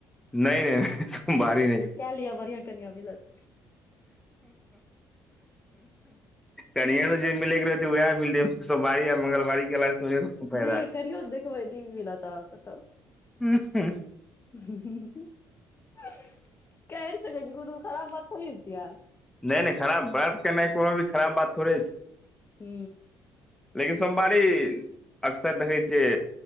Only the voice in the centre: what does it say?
नहि नहि सोमवारी
कनियां मे जे मिलै के वेएह मिलतै सोमबारी आ मंगलबारी केेला सॅं थोड़े फायदा
छै
नहि
नै नै खराब बात करनाइ, कोनो भी खराब बात थोड़े छै।
लेकिन सोमवारी अक्सर देखै छियै